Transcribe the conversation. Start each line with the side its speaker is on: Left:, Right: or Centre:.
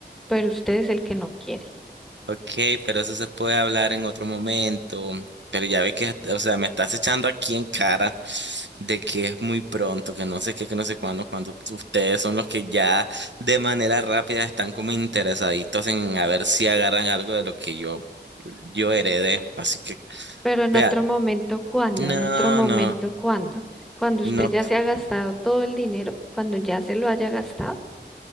Centre: pero usted es el que no quiere.
Right: Ok, pero eso se puede hablar en otro momento. Pero ya ves que, o sea, me estás echando aquí en cara de que es muy pronto, que no sé qué, que no sé cuándo, cuando ustedes son los que ya de manera rápida están como interesaditos en a ver si agarran algo de lo que yo, yo heredé. Así que,
Centre: Pero en
Right: vea,
Centre: otro momento, ¿cuándo?
Right: no,
Centre: En otro momento,
Right: no,
Centre: ¿cuándo? Cuando usted
Right: no.
Centre: ya se ha gastado todo el dinero, cuando ya se lo haya gastado.